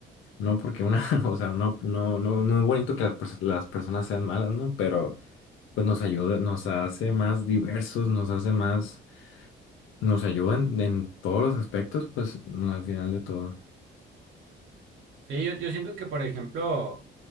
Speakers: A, on the left (about 80°); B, on the right (about 75°).
A: no porque una, <laughs> o sea, no, no, no, no es bonito que las, pers- las personas sean malas, ¿no? Pero pues nos ayuda, nos hace más diversos, nos hace más, nos ayuda en, en todos los aspectos, pues al final de todo.
B: Sí, yo, yo siento que, por ejemplo,